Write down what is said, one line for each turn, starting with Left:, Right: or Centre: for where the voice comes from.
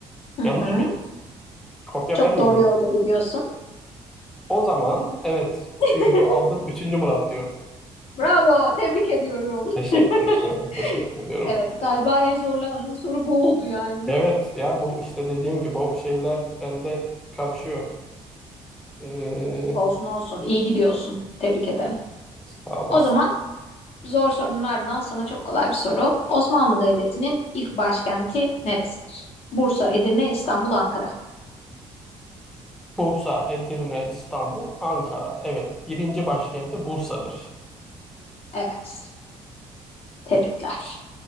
Left: Hı
Centre: Yanlış
Left: hı.
Centre: mıyım? Kopya
Left: Çok
Centre: vermeyeyim
Left: doğru
Centre: mi?
Left: yolda gidiyorsun.
Centre: O zaman evet
Left: <laughs>
Centre: tüyoyu aldım. Üçüncü Murat diyorum.
Left: Bravo, tebrik ediyorum.
Centre: Teşekkür
Left: <laughs>
Centre: ediyorum. Teşekkür ediyorum.
Left: Evet, galiba en zorlandığı soru bu oldu yani.
Centre: Evet ya bu işte dediğim gibi o şeyler bende karışıyor. Ee,
Left: Olsun olsun iyi gidiyorsun. Tebrik ederim.
Centre: sağ olasın.
Left: O zaman zor sorunun ardından sana çok kolay bir soru. Osmanlı Devleti'nin ilk başkenti neresidir? Bursa, Edirne, İstanbul, Ankara.
Centre: Bursa, Edirne, İstanbul, Ankara. Evet birinci başkenti Bursa'dır.
Left: Evet. Tebrikler.